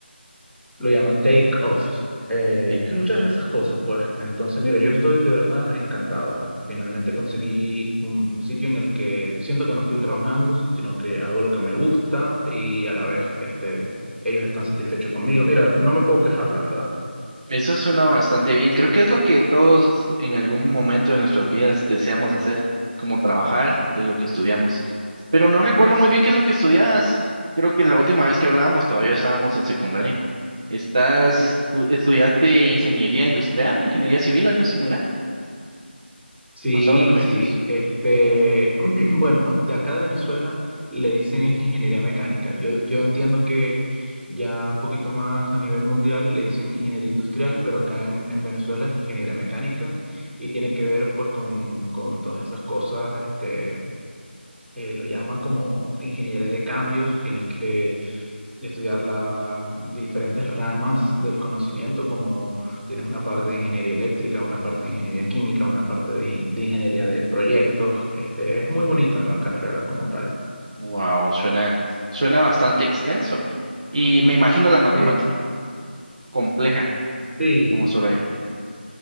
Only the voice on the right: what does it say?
rico.
Eso suena bastante bien. Creo que es lo que todos en algún momento de nuestras vidas deseamos hacer, como trabajar de lo que estudiamos. Pero no recuerdo muy bien qué es lo que estudiabas. Creo que la última vez que hablábamos todavía estábamos en secundaria. ¿Estás estu- estudiaste ingeniería industrial o ingeniería civil, algo similar?
Basado en lo que
me dices.
Wow, suena suena bastante extenso. Y me imagino la matemática
compleja,
como solo ella.